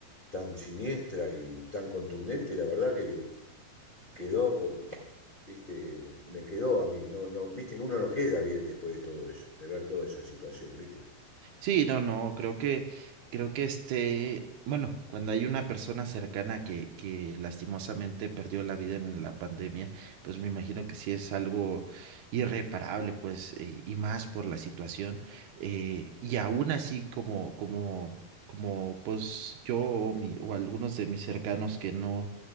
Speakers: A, on the left; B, on the right.
A: tan siniestra y tan contundente, la verdad que quedó, viste, me quedó a mí, no, no, viste que uno no queda bien después de todo eso, de ver toda esa situación, viste.
B: Sí, no, no, creo que, creo que este, bueno, cuando hay una persona cercana que, que lastimosamente perdió la vida en la pandemia, pues me imagino que sí es algo irreparable, pues, eh, y más por la situación. eh, y aún así, como, como, como, pues yo o, mi- o algunos de mis cercanos que no,